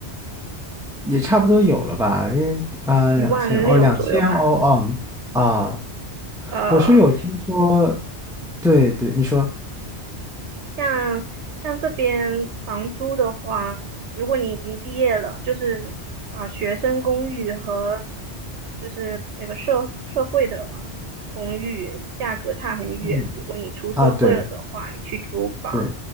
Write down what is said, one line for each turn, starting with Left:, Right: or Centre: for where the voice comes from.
Centre: 也差不多有了吧？因为啊，
Right: 一万六左右吧，
Centre: 两千哦，两千欧哦啊，
Right: 呃，
Centre: 我是有听说，对对，你说，
Right: 像像这边房租的话，如果你已经毕业了，就是啊、学生公寓和就是那个社社会的公寓价格差很远。
Centre: 嗯
Right: 如果你出社会了的话，
Centre: 啊，对
Right: 你去租房，
Centre: 对，